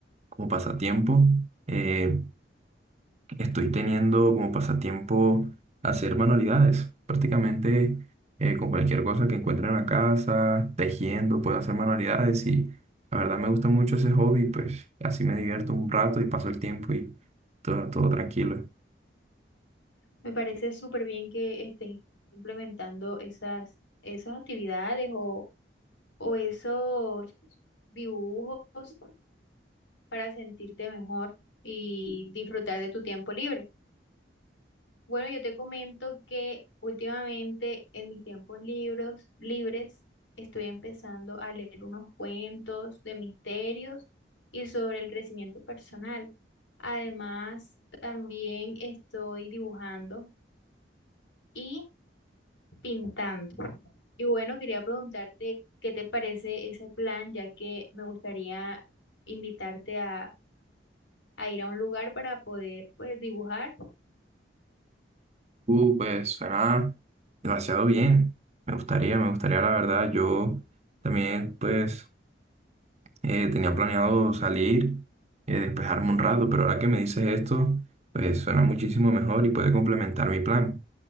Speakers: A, on the right; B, on the left.
A: como pasatiempo, eh, Estoy teniendo como pasatiempo hacer manualidades, prácticamente eh, con cualquier cosa que encuentre en la casa, tejiendo, puedo hacer manualidades y la verdad me gusta mucho ese hobby, pues así me divierto un rato y paso el tiempo y todo, todo tranquilo.
B: Me parece súper bien que estés implementando esas, esas actividades o, o esos dibujos para sentirte mejor y disfrutar de tu tiempo libre. Bueno, yo te comento que últimamente en mis tiempos libros, libres estoy empezando a leer unos cuentos de misterios y sobre el crecimiento personal. Además, también estoy dibujando y pintando. Y bueno, quería preguntarte qué te parece ese plan, ya que me gustaría invitarte a, a ir a un lugar para poder pues dibujar.
A: Uh, pues suena demasiado bien, me gustaría, me gustaría la verdad, yo también pues eh, tenía planeado salir, eh, despejarme un rato, pero ahora que me dices esto, pues suena muchísimo mejor y puede complementar mi plan.